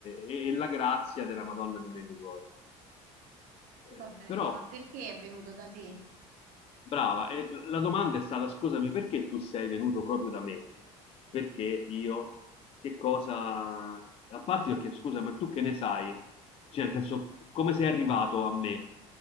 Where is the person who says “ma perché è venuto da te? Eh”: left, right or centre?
Right